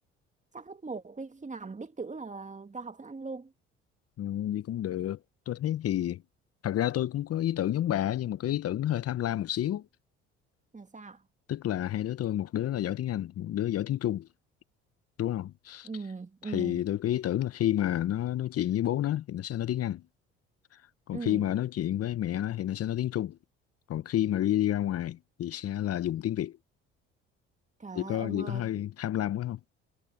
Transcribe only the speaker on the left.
Ừ, gì cũng được. Tôi thấy thì thật ra tôi cũng có ý tưởng giống bà nhưng mà cái ý tưởng nó hơi tham lam một xíu.
Tức là hai đứa tôi một đứa là giỏi tiếng Anh, một đứa giỏi tiếng Trung, đúng không?
Thì tôi có ý tưởng là khi mà nó nói chuyện với bố nó thì nó sẽ nói tiếng Anh còn
khi mà nói chuyện với mẹ nó thì nó sẽ nói tiếng Trung còn khi mà đi, đi ra ngoài thì sẽ là dùng tiếng Việt
thì
có
gì
có hơi tham lam quá không